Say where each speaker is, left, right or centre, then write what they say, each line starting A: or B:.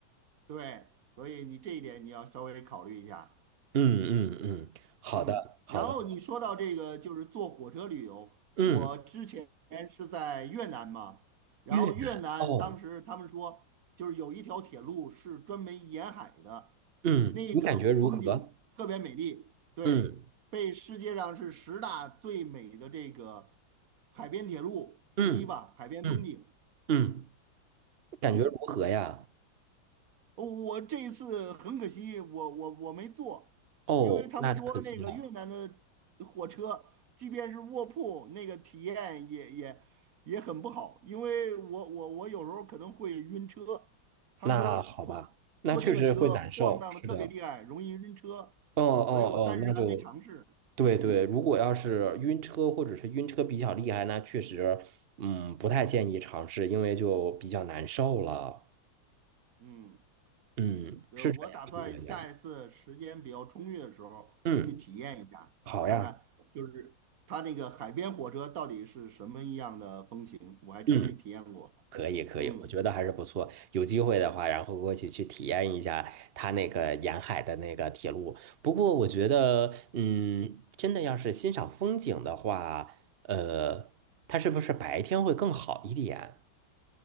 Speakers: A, on the right; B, on the right.
A: 对，所以你这一点你要稍微考虑一下。
B: 嗯嗯嗯，好的好的。
A: 嗯，然后你说到这个就是坐火车旅游，
B: 嗯，
A: 我之前是在越南嘛，然后越南当时他们说就是有一条铁路是专门沿海的，
B: 越南哦，嗯，
A: 那个风景特别美丽，
B: 你感觉如何？
A: 对，
B: 嗯
A: 被世界上是十大最美的这个海边铁路之一吧，
B: 嗯。
A: 海边风景。
B: 嗯嗯，感觉如何呀？
A: 嗯。我这一次很可惜，我我我没坐，
B: 哦，
A: 因为他们说那个越南的火车，
B: 那可惜了。
A: 即便是卧铺，那个体验也也也很不好，因为我我我有时候可能会晕车，他们说坐坐这个车晃荡的特别厉害，
B: 那好吧，那确实会难受。是的。
A: 容易晕车，
B: 哦哦哦，
A: 所以我暂时还没尝试。
B: 那就对对。
A: 嗯
B: 如果要是晕车或者是晕车比较厉害，那确实，嗯，不太建议尝试，因为就比较难受了。
A: 嗯。
B: 嗯，
A: 呃，
B: 是这样，
A: 我打算下一次时间比较充裕的时候去体验一下，
B: 是这样。嗯，好呀。
A: 看看就是它那个海边火车到底是什么一样的风情，我还真没体验过。
B: 嗯。可以可以，
A: 嗯，
B: 我觉得还是不错。有机会的话，然后过去去体验一下它那个沿海的那个铁路。不过我觉得，嗯，真的要是欣赏风景的话，呃，它是不是白天会更好一点？